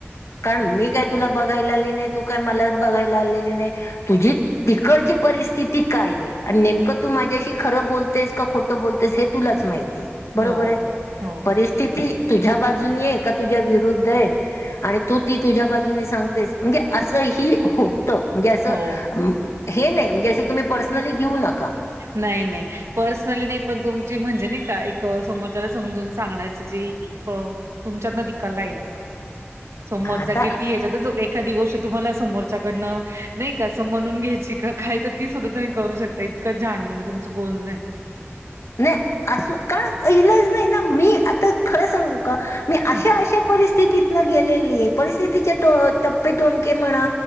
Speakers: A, on the left; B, on the right.
A: कारण,
B: नाही
A: मी काय तुला बघायला आली नाही. तू काय मला बघायला आलेली नाही. तुझी तिकडची परिस्थिती काय? आणि नेमकं तू माझ्याशी, खरं बोलतेस का? खोट ट बोलतेस, हे तुलाच माहिती. बरोबरय.
B: हो हो
A: परिस्थिती तुझ्या बाजून नेय, का तुझ्या विरुद्ध आहे. आणि तू ती तुझ्या बाजूनी सांगतेस. म्हणजे असं ही होतं म्हणजे असं
B: हो
A: हे नाही म्हणजे असं तुम्ही पर्सनली घेऊ नका.
B: नाही नाही पर्सनली पण तुमची म्हणजे नाही का. समोरच्याला समजून सांगण्याची जे तुमच्यात ती कलाय. समोरचा
A: आता
B: किती येत''--'' जद झोप एखादी गोष्ट तुम्हाला समोरच्याकडनं नाही का म्हणून घ्यायची का काय तर. ती सुद्धा तुम्ही करू शकता इतकं छान म्हणजे तुमचं बोलणय हाय.
A: नाही अस का इलाज नाही ना मी आता खरं सांगू. का, मी अशा
B: हं.
A: अशा परिस्थिती. ती गेलेली आहे परिस्थितीचे टप्पे टोनके म्हणा.